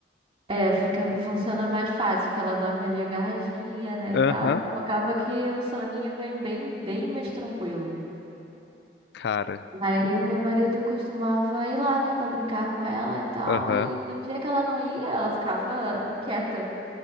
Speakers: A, on the right; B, on the left.
A: É, fica, funciona mais fácil, porque ela dorme ali agarradinha, né,
B: Aham,
A: e tal. Então acaba que o soninho vem bem, bem mais tranquilo.
B: cara.
A: Aí o meu marido costumava ir lá, né, pra brincar com ela e tal.
B: Aham.
A: E no dia que ela não ia, ela ficava inquieta.